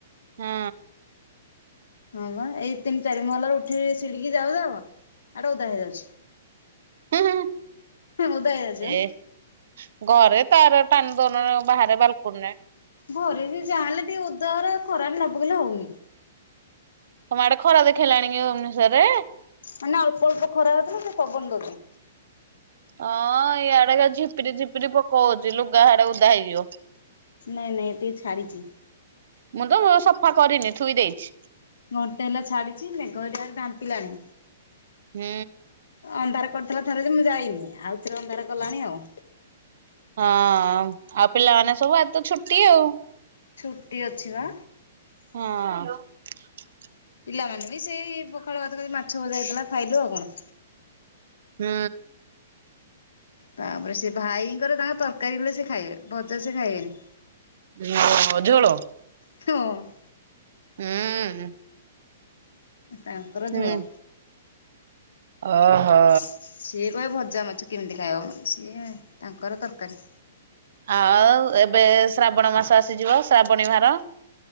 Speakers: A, on the right; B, on the left.
A: ହଁ
B: ହଁ ବା ଏଇ ତିନି ଚାରି ମହଲ ରୁ ଉଠିକି ସିଡ଼ିକି ଯାଉ ଯାଉ ଆଡେ ଓଦା ହେଇଯାଉଛି।
A: ହୁଁ -ହୁଁ
B: ଓଦା ହେଇଯାଉଛି ବା।
A: ଏ ଘରେ ତାର ଟାନି ଦଉନୁ ବାହାରେ ବାଲକୁନିରେ
B: ଘରେ ଯେ ଯାହା ହେଲେ ଟିକେ ଓଦାଗୁରା ଖରାରେ ନ ପକେଇଲେ ହଉନି।
A: ତମ ଆଡ଼େ ଖରା ଦେଖେଇଲାଣି କି ଭୁବନେଶ୍ୱରରେ।
B: ମାନେ ଅଳ୍ପ ଅଳ୍ପ ଖରା ହଉଥିଲା ଟିକେ ପବନ ଦଉଛି।
A: ହଁ ଇଆଡ଼େ ଝିପିରି ଝିପିରି ପକଉଛି। ଲୁଗା ଆଡ଼େ ଉଦା ହେଇଯିବ।
B: ନାଇଁ ନାଇଁ ଟିକେ ଛାଡ଼ିଛି।
A: ମୁଁ ତ ସଫା କରିନି ଥୁଇ ଦେଇଛି।
B: ଘଣ୍ଟେ ହେଲା ଛାଡ଼ିଛି ମେଘ ହେରିକା ଢାଙ୍କିଲାଣି।
A: ହୁଁ
B: ଅନ୍ଧାର କରିଥିଲା ଥରେ ଯେ ମୁଁ ଯଇନି। ଆଉ ଥରେ ଅନ୍ଧାର କଲାଣି ଆଉ।
A: ହଁ, ଆଉ ପିଲାମାନେ ସବୁ ଆଯି ତ ଛୁଟି ଆଉ।
B: ଛୁଟି ଅଛି ବା।
A: ହଁ
B: ପିଲାମାନେ ବି ସେଇ ପଖାଳ ଭାତ, ମାଛ ଭଜା, ହେଇଥିଲା ଖାଇଲେ ଆଉ କଣ।
A: ହୁଁ
B: ତାପରେ ସେ ଭାଇଙ୍କର ତାଙ୍କ ତରକାରୀ ହେଲେ ସେ ଖାଇବେ ଭଜା ସେ ଖାଇବେନି।
A: ହଁ ଝୋଳ।
B: ହଁ
A: ହୁଁ
B: ତାଙ୍କର
A: ହୁଁ
B: ଝୋଳ।
A: ଓହୋ।
B: ସିଏ କହିବେ ଭଜା ମାଛ କେମିତି ଖାଇବ ମ ସିଏ ତାଙ୍କର ତରକାରୀ।
A: ଆଉ ଏବେ ଶ୍ରାବଣ ମାସ ଆସିଯିବ। ଶ୍ରାବଣୀ ଭାର।